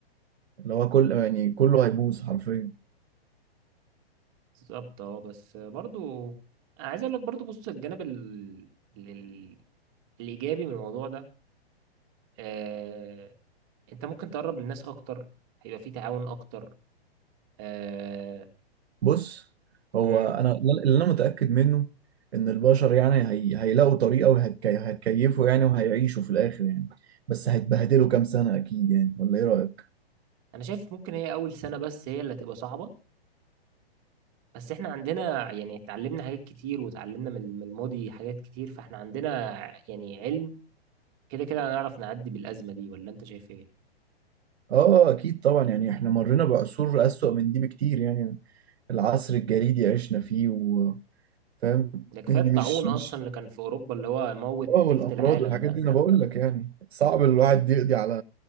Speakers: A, on the right; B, on the right.
A: اللي هو كل يعني كله هيبوظ حرفيا
B: بالظبط اه بس برضو انا عايز اقول لك برضو بص الجانب ال... ال... الايجابي من الموضوع ده آه... انت ممكن تقرب للناس اكتر هيبقى في تعاون اكتر آه...
A: بص هو
B: مم.
A: انا اللي انا متاكد منه ان البشر يعني هي... هيلاقوا طريقه وهيتكيفوا يعني وهيعيشوا في الاخر يعني بس هيتبهدلوا كام سنه اكيد يعني ولا ايه رايك
B: انا شايف ممكن هي اول سنة بس هي اللي هتبقى صعبة بس احنا عندنا يعني اتعلمنا حاجات كتير وتعلمنا من من الماضي حاجات كتير فاحنا عندنا يعني علم كده كده هنعرف نعدي بالأزمة دي ولا انت شايف ايه
A: اه اكيد طبعا يعني احنا مرينا بعصور اسوأ من دي بكتير يعني العصر الجليدي عشنا فيه و... فاهم
B: ده كفاية
A: يعني
B: الطاعون
A: مش مش
B: اصلا اللي كان في اوروبا اللي هو موت
A: اه والامراض
B: تلت العالم
A: والحاجات
B: ده
A: دي انا بقول لك يعني صعب الواحد يقضي على